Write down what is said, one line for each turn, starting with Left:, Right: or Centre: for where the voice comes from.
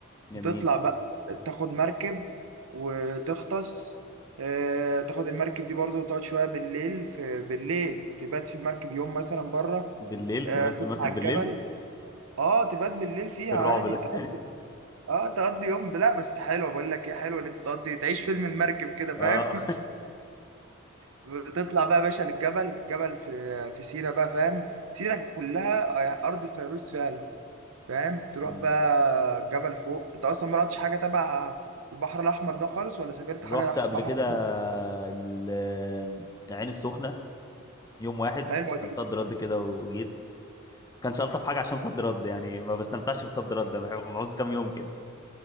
Left: جميل
Right: وتطلع بقى تاخد مركب وتغطس آه، تاخد المركب دي برضو وتقعد شوية بالليل في بالليل تبات في المركب يوم مثلا بره
Left: بالليل
Right: آه،
Left: تبقى
Right: تطلع
Left: في المركب
Right: الجبل
Left: بالليل
Right: اه تبات بالليل فيها
Left: الرعب
Right: عادي
Left: ده
Right: تقضي اه تقضي يوم لا بس حلو بقول لك ايه حلو ان انت تقضي تعيش فيلم المركب كده فاهم
Left: اه
Right: بتطلع بقى يا باشا للجبل جبل في في سيرة بقى فاهم سيرة كلها أرض الفيروز فعلا فاهم تروح
Left: <laughs>
Right: بقى الجبل فوق أنت أصلا ما رحتش حاجة تبع البحر الأحمر ده خالص ولا سافرت
Left: رحت
Right: حاجة
Left: قبل
Right: بحر
Left: كده
Right: أحمر
Left: ال- العين السخنة يوم واحد
Right: حلوة
Left: كان
Right: دي
Left: صد رد كده وجيت كانش ألطف حاجة عشان صد رد يعني ما بستمتعش بصد رد أنا بحب- بعوز كام يوم كده